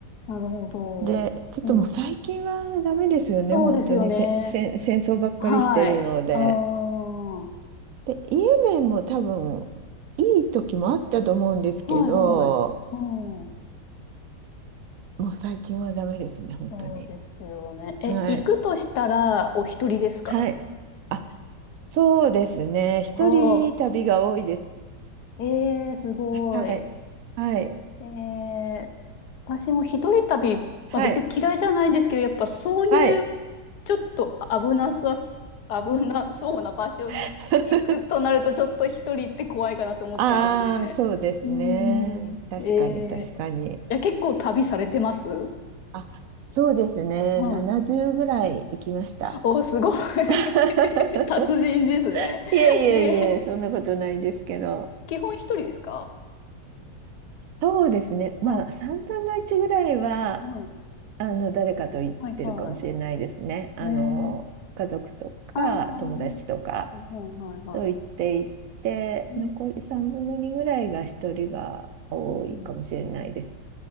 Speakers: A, on the left; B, on the right.
A: あ、なるほど。
B: で、ちょっともう最近はダメですよね、
A: うん。そうですよね。
B: 本当にせ、せん戦争ばっかりしてるので。
A: はい。ああ、はい
B: で、イエメンも多分、いい時もあったと思うんですけど、
A: はい。うん。
B: もう最近はダメですね、本当に。
A: そうですよね。え、
B: はい。
A: 行くとしたら、お一人ですか
B: はい。あ、そうですね。一人旅が多いです。
A: おー。ええすごい。
B: はい。はい。
A: ええ私も一人旅、
B: はい。
A: まあ別に嫌いじゃないんですけど、やっぱそういう、
B: はい。
A: ちょっと危なさ、危なそうな場所に行くとなると、
B: <laughs>
A: ちょっと一人って怖いかなと思っちゃいますね。
B: ああ、そうですね。
A: うーん。
B: 確かに、
A: え
B: 確かに。
A: えいや、結構旅されてます
B: あ、そうですね。
A: はい。
B: 70ぐらい行きました。
A: お、すごい
B: <laughs>
A: <laughs> 達人ですね。
B: いえいえいえ、
A: ええ
B: そんなことないですけど。
A: 基本一人ですか
B: そうですね。まあ、
A: は
B: 3分の1ぐらいは、
A: い。はい。
B: あの、誰かと行ってるかもしれないですね。
A: はいは
B: あの、
A: い。ええ
B: 家族とか、
A: ああー、
B: 友達とか
A: はいはいはいええああいはいはいは
B: と行っていて、
A: いうん
B: 残り3分の2ぐらいが1人が多いかもしれないです。
A: うん